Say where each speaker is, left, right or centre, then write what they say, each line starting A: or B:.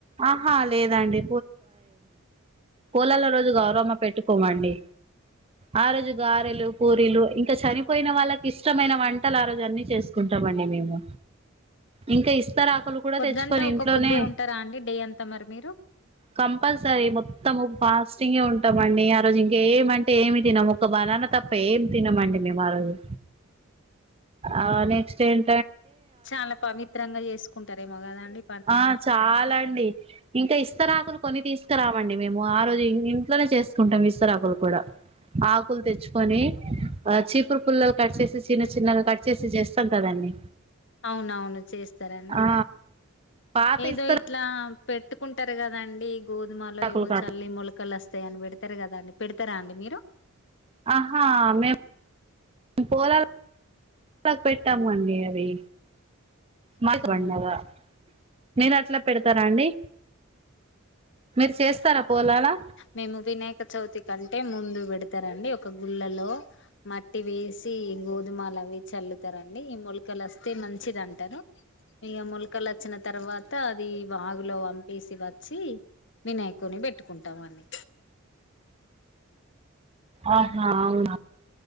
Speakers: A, on the right; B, on the left.
A: ఆహా లేదండి కోలల రోజు గౌరవం పెట్టుకోమండి ఆ రోజు గారెలు పూరిలు ఇంకా చరి పోయిన వాళ్ళకి ఇష్టమైన వంటల ఆరోజు ఇవన్నీ చేస్తా టామ్ మండి మేము ఇంకా ఇ విస్తరాకులు కూడా
B: పొద్దంతా
A: తెచ్చుకొని
B: ఒక
A: ఇంట్లోనే
B: పొద్దే ఉంటారా అండి డే అంతా మరి మీరు
A: కంపల్సరీ మొత్తము ఫాస్టింగే ఉంటాం అండి రోజు ఇంక ఏమంటే ఏమి తినము ఒక బనానా తప్ప ఏమి తినమండి మేం ఆరోజు అవును స్టేము
B: చాలా పవిత్రంగా చేసుకుంటారేమో కద అండి
A: ఆ చాలా అండి ఇంకా ఇస్త రాకులు కొని తీసుకురామండి మేము ఆ రోజు ఇంట్లోనే చేస్త కుంటాం విస్తరాకులు కూడా ఆకులు తెచ్చుకొని ఆ చీపురు పుల్లలు కట్ చేసి చిన్న చిన్నగా కట్ చేసి చేస్తాము కదండి
B: అవునవును చేస్తారండి.
A: ఆ పాత
B: ఏదో
A: ఇస్తరు
B: ఇట్లా పెట్టుకుంటరు కదండి గోధుమలో
A: ఆకులు
B: ఏవో
A: కాదు
B: చల్లి మొలకలు వస్తాయని పెడతారు కదా పెడతారా అండి మీరు
A: ఆహా మేము పోలాలకు పెట్టాము అండి అవి
B: మీరు
A: మాకు పండినయ మీరు అట్లా పెడతారా అండి. మీరు చేస్తారా పోలాలా
B: మేము వినాయక చవితి కంటే ముందు పేతారండి ఒక గుళ్ళలో మట్టి వేసి గోధుమలు అవి చల్లుతా ఈ మొలకలు వస్తే మంచిది అంటారు ఇ మొలకలు వచ్చిన తర్వాత అది బాగు అందులో పంపేసి వచ్చి వినాయకుని పెట్టుకు ట్టమనే
A: ఆహా అవునా